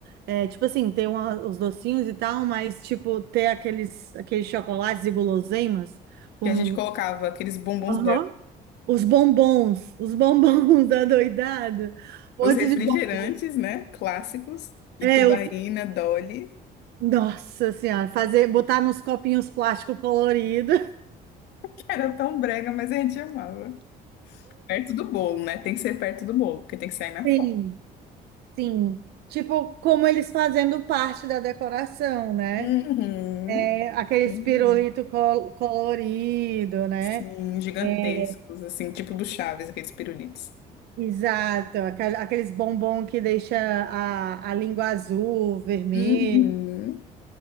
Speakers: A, on the right; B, on the left.
A: é, tipo assim, ter uma- os docinhos e tal, mas tipo, ter aqueles, aqueles chocolates e guloseimas com
B: Que a gente colocava aqueles bombons
A: Aham. os bombons, os bombons <laughs> da doidado, um
B: Os
A: monte
B: refrigerantes,
A: de bombom.
B: né? Clássicos. Itubaína,
A: É, os,
B: Dolly,
A: nossa senhora, fazer, botar nos copinhos plástico colorido.
B: que era tão brega, mas a gente amava. Perto do bolo, né? Tem que ser perto do bolo, porque tem que sair na
A: Sim,
B: foto.
A: sim. Tipo, como eles fazendo parte da decoração, né?
B: Uhum.
A: É, aquele
B: Uhum.
A: pirulito col- colorido, né?
B: Sim, gigantescos,
A: É,
B: assim, tipo do Chaves, aqueles pirulitos.
A: exato, aqua- aqueles bombom que deixa a, a língua azul, vermelho.
B: Uhum.